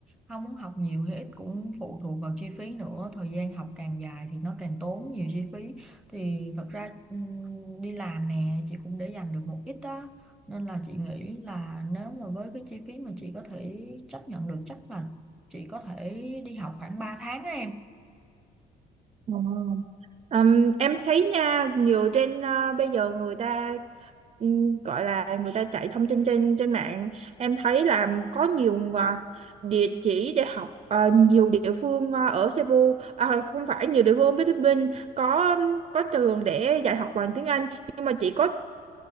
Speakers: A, in the centre; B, on the right.
A: không muốn học nhiều hay ít cũng phụ thuộc vào chi phí nữa. Thời gian học càng dài thì nó càng tốn nhiều chi phí. Thì thật ra ừm, đi làm nè, chị cũng để dành được một ít đó. Nên là chị nghĩ là nếu mà với cái chi phí mà chị có thể chấp nhận được chắc là chị có thể đi học khoảng 3 tháng á em.
B: Ờ. Ừm, em thấy nha nhiều trên ờ, bây giờ người ta ừm, gọi là người ta chạy thông tin trên trên mạng em thấy là có nhiều ờ, địa chỉ để học ờ, nhiều địa phương ờ, ở Cebu à, không phải nhiều địa phương ở Philippines có có trường để dạy học bằng tiếng Anh nhưng mà chị có